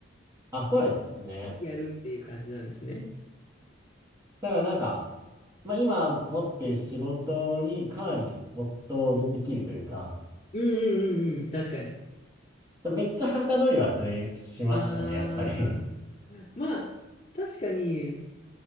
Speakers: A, on the right; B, on the left.
A: あ、そうですね。
B: をやるっていう感じなんですね。
A: だからなんか、まあ今持ってる仕事にかなり没頭できるというか、
B: うんうんうんうん、確かに。
A: めっちゃはかどりはする、しましたね、
B: ああ、
A: やっぱり。
B: まあ、確かに、